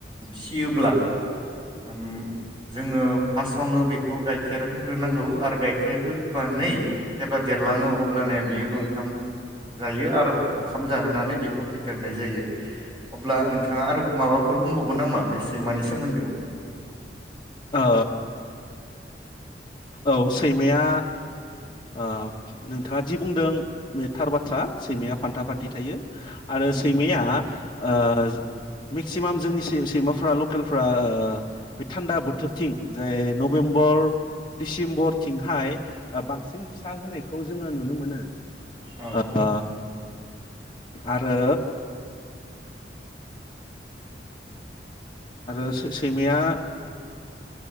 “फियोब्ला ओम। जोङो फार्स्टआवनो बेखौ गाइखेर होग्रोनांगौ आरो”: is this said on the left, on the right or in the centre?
Right